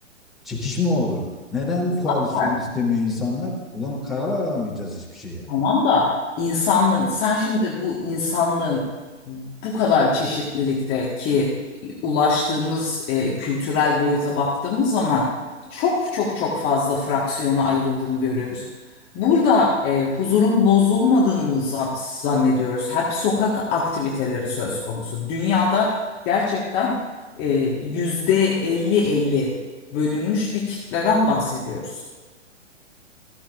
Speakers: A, in the centre; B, on the left.
A: Çekişme olur. Neden
B: Zaten
A: koalisyon istemiyor insanlar? Ulan karar alamayacağız hiçbir şeye.
B: Tamam da insanlığın, sen şimdi bu insanlığın bu kadar çeşitlilikteki ulaştığımız e, kültürel boyuta baktığımız zaman çok çok çok fazla fraksiyona ayrıldığını görüyoruz. Burada e, huzurun bozulmadığını mı zan- zannediyoruz? Hep sokak aktiviteleri söz konusu. Dünyada gerçekten e, yüzde %50-50 bölünmüş bir kitleden bahsediyoruz.